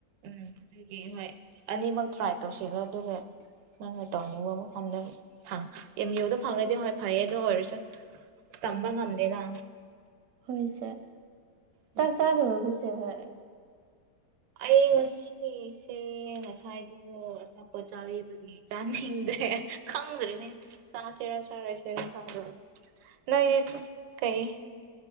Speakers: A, on the right (about 90°); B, on the right (about 70°).
A: ꯎꯝ ꯑꯗꯨꯒꯤ ꯍꯣꯏ ꯑꯅꯤꯃꯛ ꯇ꯭ꯔꯥꯏ ꯇꯧꯁꯤꯜꯂꯣ ꯑꯗꯨꯒ ꯅꯪꯅ ꯇꯧꯅꯤꯡꯕ ꯃꯐꯝꯗ ꯐꯪ ꯑꯦꯝ ꯌꯨꯗ ꯐꯪꯔꯗꯤ ꯍꯣꯏ ꯐꯩꯌꯦ ꯑꯗꯨ ꯑꯣꯏꯔꯁꯨ ꯇꯝꯕ ꯉꯝꯗꯦꯅ
B: ꯍꯣꯏ ꯏꯁꯦ ꯆꯥꯛ
A: ꯑꯗꯨꯒꯤ
B: ꯆꯥꯗꯣꯔꯕꯣ ꯏꯆꯦꯍꯣꯏ
A: ꯑꯩ ꯉꯁꯤꯁꯦ ꯉꯁꯥꯏꯗꯨꯕꯨ ꯑꯆꯥꯄꯣꯠ ꯆꯥꯔꯤꯕꯒꯤ ꯆꯥꯅꯤꯡꯗ꯭ꯔꯦ ꯈꯪꯗꯔꯤꯅꯦ ꯆꯁꯤꯔꯥ ꯆꯥꯔꯣꯏꯁꯦꯔꯥ <unintelligible> ꯂꯩꯔꯤꯁꯤ ꯀꯩ